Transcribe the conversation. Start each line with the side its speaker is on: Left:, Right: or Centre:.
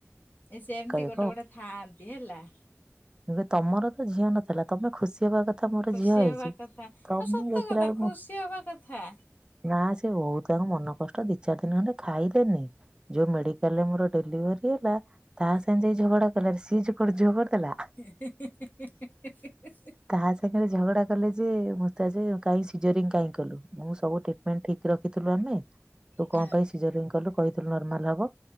Left: ଏ ସେମତି
Right: କହିବେ
Left: ଗୋଟେ ଗୋଟେ ଥାଆନ୍ତି ହେଲା।
Right: ମୁଁ କହିଲି ତମର ତ ଝିଅ ନଥିଲା ତମେ ଖୁସି ହବା କଥା। ମୋର
Left: ଖୁସି
Right: ଝିଅ ହେଇଛି।
Left: ହବା କଥା ଆଉ
Right: ତମେ
Left: ସତ
Right: ଦେଖିଲା
Left: କଥା
Right: ବେଳକୁ
Left: ଖୁସି ହବା କଥା।
Right: ନା ସିଏ ବହୁତ ତାଙ୍କ ମନ କଷ୍ଟ ଦି ଚାରି ଦିନି ଖଣ୍ଡେ ଖାଇଲେନି। ଯୋଉ ମେଡିକାଲ ରେ ମୋର ଡେଲିଭରି ହେଲା ତାହା ସାଙ୍ଗେ ଯାଇଁକି ଝଗଡା କଲେ ସିଏ କଣ ଝିଅ କରି ଦେଲା।
Left: <inaudible>
Right: ତାହା ସାଙ୍ଗରେ ଝଗଡା କଲେ ଯେ ମତେ ଆଜି କାଇଁ ସିଜରିଂ କାଇଁ କଲୁ ମୁଁ ସବୁ ଟ୍ରିକମେଣ୍ଟ ଠି ରଖିଥିଲୁ ଆମ। ତୁ
Left: ହଁ
Right: କଣ ପାଇଁ ସିଜରିଂ କଲୁ କହିଥିଲୁ ନର୍ମାଲ ହବ